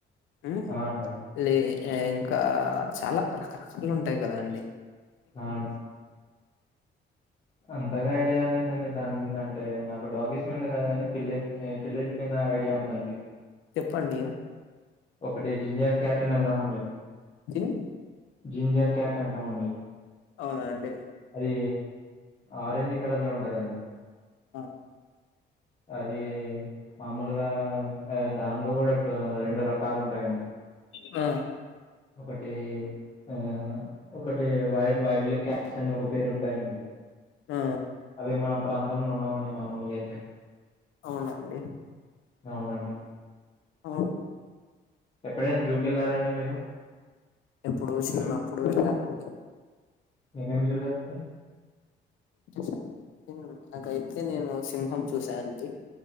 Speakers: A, on the left (about 75°); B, on the left (about 30°).
A: హ్మ్
B: ఆ! అండి.
A: లే ఇంకా చాలా రకరకాలు ఉంటాయి కదా అండి
B: ఆ అంతగా ఐడియా లేదండి దాన్ని మీద అంటే నాకు డాగీస్ మీద కాదు కాని పిల్లి ఏ పిల్లిల మీద ఐడియా ఉందండి
A: చెప్పండి
B: ఒకటి జింజర్ క్యాట్ అని అన్నాం అండి
A: జిన్
B: జింజర్ క్యాట్ అంటాం అండి
A: అవునా అండి
B: అది ఆరెంజ్ కలర్ లో ఉంటదండి
A: ఆ
B: అది మామూలుగా దానిలో కూడా రెండు రకాలు ఉంటాయండి
A: ఆ
B: ఒకటి ఆ ఒకటి వై వైల్డ్ క్యాట్ అని ఒక పేరు ఉంటాయండి
A: ఆ,
B: అవి మన ప్రాంతంలో ఉండవండి మామూలుగా అయితే
A: అవునండి
B: అవునండి
A: ఆ
B: ఎప్పుడైనా జూ కి వాళ్ళారా అండి మీరు
A: ఎప్పుడో చిన్నఅప్పుడు వేళ్ళను అండి
B: ఏమేమి చూశారండి
A: చూసా నాకైతే నేను సింహం చూసాను అండి